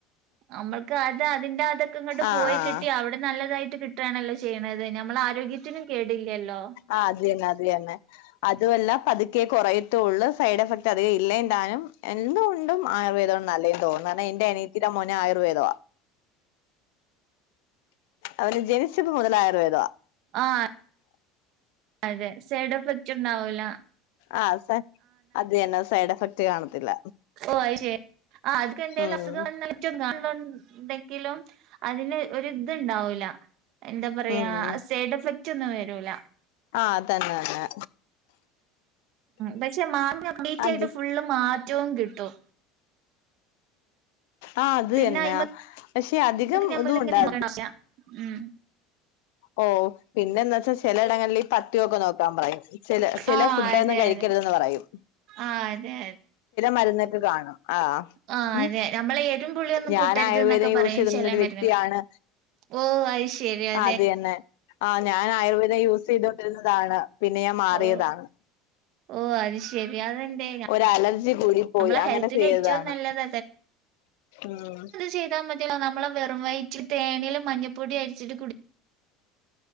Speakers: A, on the right; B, on the left.
A: നമ്മൾക്ക് അത് അതിന്റെ അതൊക്കെ ഇങ്ങട്ട്
B: ആഹ്
A: പോയി
B: ആഹ്
A: കിട്ടി അവിടെ നല്ലതായിട്ട് കി റ്റാണല്ലോ ചെയ്യണത്. ഞമ്മള ആരോഗ്യത്തിനു കേടില്ലല്ലോ.
B: ആഹ് അതേന്നെ അതേന്നെ. അതുല്ലാ പതുക്കെ കുറയത്തുള്ളൂ. സൈഡ് എഫക്ട് അധികം ഇല്ലേ ന്താനും. എന്തുകൊണ്ടും ആയുർവേദം നല്ലേന്ന് തോന്ന് കാരണം എന്റെ അനീത്തിന്റെ മോനെ ആയുർവേദ അവന് ജനിച്ചപ്പോ മുതൽ ആയുർവേദ
A: ആഹ് അതെ സൈഡ് എഫക്റ്റ് ഇണ്ടാവൂല
B: ആ അതന്നെ സൈഡ് എഫക്ട് കാണത്തില്ല.
A: ഓ ശരി ആ അതക്കെന്താലും
B: ഉം
A: അസുഖം വന്ന ണ്ടെങ്കിലും അതിന് ഒരു ഇതുണ്ടാവില്ല. എന്താ പറയാ
B: ഉം
A: സൈഡ് എഫക്റ്റ് ഒന്നും വരൂല.
B: ആ അതന്നെ ന്നെ.
A: പക്ഷെ മാ കംപ്ലീറ്റ്
B: അത്
A: ആയിട്ട് ഫുള്ള് മാറ്റവും കിട്ടും.
B: ആ അത്
A: പിന്നെ
B: തന്ന.
A: അയിമക്ക്
B: പക്ഷെ അധികം
A: ഞമ്മളിങ്ങനെ
B: ഇത് ഉണ്ടാ
A: ഉം
B: ഓ പിന്നെന്താച്ചാ ചിലയിടങ്ങളില് ഈ പത്യൊക്കെ നോക്കാൻ പറയും. ചെല ചെല
A: ആഹ്
B: ഫുഡൊന്നും
A: അതെ
B: കഴിക്കരുതെന്ന്
A: അതെ
B: പറയും.
A: ആഹ് അതെ
B: മരുന്നൊക്കെ കാണും ആ
A: ആ
B: ഉം
A: അതെ നമ്മളെ എരുപുളിയൊന്നും
B: ഞാൻ
A: കൂട്ടരുത്
B: ആയുർവേദം
A: ന്നൊക്കെ
B: യൂസ്
A: പറയ
B: ചെയ്തിരുന്ന
A: ചെല
B: ഒരു
A: മരുന്ന
B: വ്യക്തിയാണ്
A: ഓ അയ്ശരി അ
B: അത് തന്നെ ആ ഞാൻ ആയുർവേദം യൂസ് ചെയ്തോണ്ടിരുന്നതാണ് പിന്നെ ഞാൻ മാറിയതാ
A: ഓ ഓ അത് ശരി അതെന്തേ
B: ഒരലർജി കൂടി പോയി
A: നമ്മളെ
B: അങ്ങനെ
A: ഹെൽത്തിന്
B: ചെയ്താണ്
A: ഏറ്റവും നല്ലത്
B: ആഹ്
A: ചെയ്താ മതിലൊ നമ്മള് വെറും വയറ്റിൽ തേനില് മഞ്ഞപ്പൊടി അരിച്ചിട്ട് കുടി